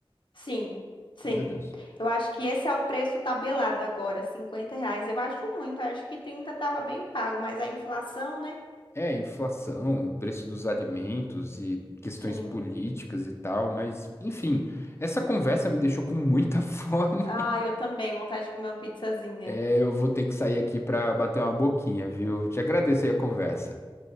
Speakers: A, on the left (about 60°); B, on the left (about 25°).
A: Sim, sim.
B: Meu Deus.
A: Eu acho que esse é o preço tabelado agora, 50 reais. Eu acho muito, acho que 30 estava bem pago, mas a inflação, né?
B: É, inflação, preço dos alimentos e questões
A: Sim.
B: políticas e tal, mas enfim, essa conversa me deixou com muita <laughs> fome.
A: Ah, eu também, vontade de comer uma pizzazinha.
B: É, eu vou ter que sair aqui para bater uma boquinha, viu? Te agradeço aí a conversa.